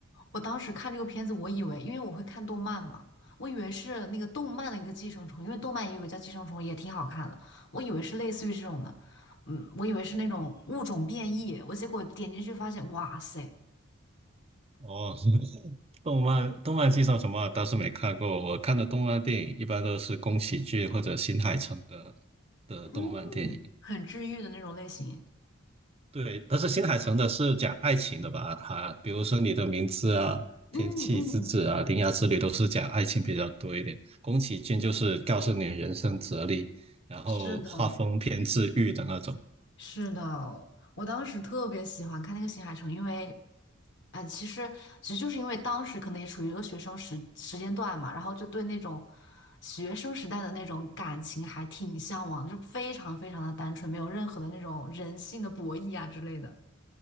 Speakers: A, on the left; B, on the right.
A: 我当时看这个片子，我以为，因为我会看动漫嘛，我以为是那个动漫的一个寄生虫，因为动漫也有个叫寄生虫，也挺好看的，我以为是类似于这种的，嗯，我以为是那种物种变异，我结果点进去发现，哇塞，
B: 哦，<laughs> 动漫动漫剧上什么啊倒是没看过，我看的动漫电影一般都是宫崎骏或者新海诚的的动漫电影。
A: 嗯，很治愈的那种类型，
B: 对，但是新海诚的是讲爱情的吧？哈，比如说你的名字啊、天气之子啊、
A: 嗯嗯，
B: 铃芽之旅都是讲爱情比较多一点。宫崎骏就是告诉你人生哲理，然后画风偏治愈的那种，
A: 是的，是的，我当时特别喜欢看那个新海诚，因为，哎，其实其实就是因为当时可能也处于一个学生时时间段嘛，然后就对那种学生时代的那种感情还挺向往，就非常非常的单纯，没有任何的那种人性的博弈啊之类的。